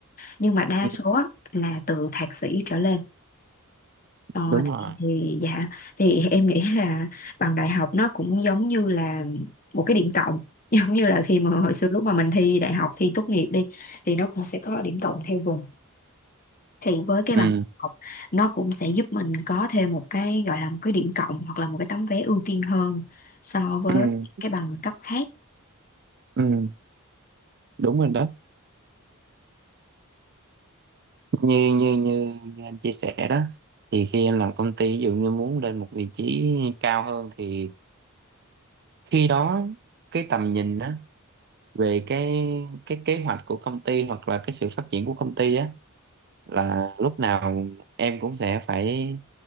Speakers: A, on the left (about 40°); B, on the right (about 50°).
A: nhưng mà đa
B: ừ,
A: số á, là từ thạc sĩ trở lên Ờ,
B: đúng
A: thì,
B: rồi
A: thì dạ thì em nghĩ là bằng đại học nó cũng giống như là một cái điểm cộng <laughs> giống như là khi mà hồi xưa lúc mà mình thi đại học thi tốt nghiệp đi thì nó cũng sẽ có điểm cộng theo vùng thì với cái
B: ừ.
A: bằng học nó cũng sẽ giúp mình có thêm một cái gọi là một cái điểm cộng hoặc là một cái tấm vé ưu tiên hơn so với
B: Ừ.
A: cái bằng cấp khác
B: Ừ. đúng rồi đó như như như như anh chia sẻ đó thì khi em làm công ty ví dụ như muốn lên một vị trí cao hơn thì khi đó cái tầm nhìn á về cái cái kế hoạch của công ty hoặc là cái sự phát triển của công ty á là lúc nào em cũng sẽ phải